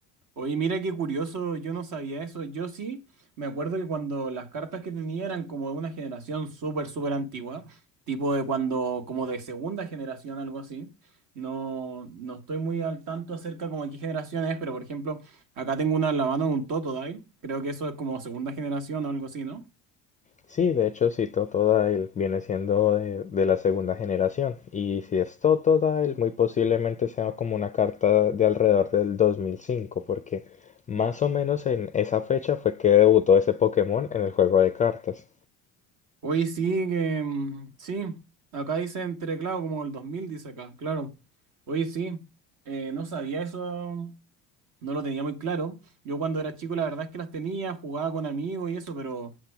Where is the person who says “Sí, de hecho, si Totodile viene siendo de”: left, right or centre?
Left